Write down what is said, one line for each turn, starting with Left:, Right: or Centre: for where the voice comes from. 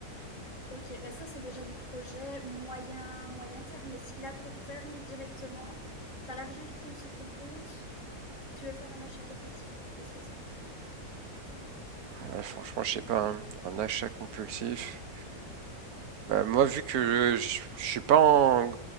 Left: Ok, bah ça c'est déjà du projet moyen, moyen terme, mais si, là court terme directement, t'as l'argent qui tombe sur ton compte, tu veux faire un achat compulsif. Qu'est-ce que c'est?
Right: ouais, franchement, je sais pas, hein, un achat compulsif. Bah, moi, vu que je, je, je suis pas un